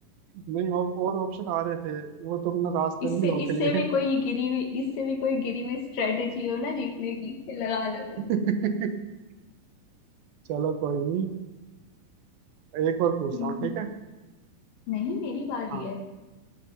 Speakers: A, on the right; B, on the left.
A: नहीं और और ऑप्शन आ रहे थे वो तुमने रास्ते
B: इससे
A: में ही रोक
B: इससे
A: लिए
B: भी कोई गिरी हुई इससे भी कोई गिरी हुई स्ट्रेटेजी हो ना जीतने की लगा लो
A: <laughs>
B: तुम
A: चलो कोई नहीं एक और पूछता
B: हम्म,
A: हूँ ठीक है
B: नहीं मेरी बारी
A: हाँ
B: है